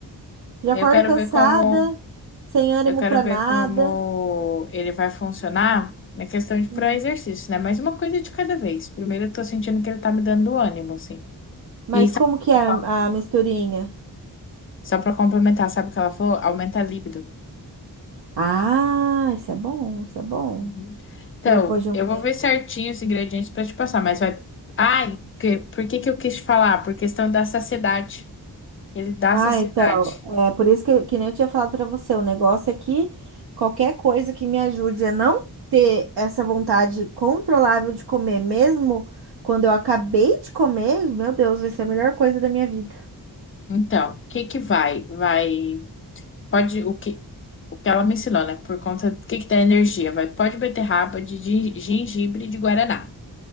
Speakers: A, on the right (about 65°); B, on the left (about 35°).
A: Já
B: Eu
A: acordo
B: quero
A: cansada,
B: ver como.
A: sem ânimo
B: Eu quero
A: pra
B: ver
A: nada.
B: como ele vai funcionar na questão de para
A: Hum.
B: exercício, né? Mas uma coisa de cada vez. Primeiro, eu tô sentindo que ele tá me dando ânimo, assim.
A: Mas
B: E aí, sabe
A: como
B: o que
A: que é
B: ela
A: a
B: falou?
A: a misturinha?
B: Só pra complementar, sabe o que ela falou? Aumenta a libido.
A: Ah, isso é bom, isso é bom.
B: Uhum. Então,
A: Que depois de um
B: eu
A: tempo.
B: vou ver certinho os ingredientes pra te passar, mas vai. Ai, que- por que que eu quis te falar? Por questão da saciedade. Ele dá
A: Ah,
B: saciedade.
A: então, é por isso que, que nem eu tinha falado pra você, o negócio é que qualquer coisa que me ajude a não ter essa vontade controlável de comer, mesmo quando eu acabei de comer, meu Deus, vai ser a melhor coisa da minha vida.
B: Então, o que que vai? Vai. Pode. O que o que ela me ensinou, né? Por conta do que que dá energia. Vai pó de beterraba, de gin- gengibre e de guaraná.